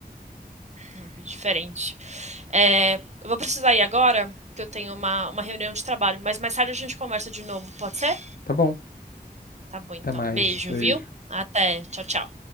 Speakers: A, on the right (about 45°); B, on the left (about 65°).
A: é uma vida diferente. É, eu vou precisar ir agora, que eu tenho uma, uma reunião de trabalho, mas mais tarde a gente conversa de novo, pode ser?
B: Tá bom,
A: Tá bom, então,
B: até mais.
A: beijo,
B: Beijo.
A: viu? Até, tchau, tchau.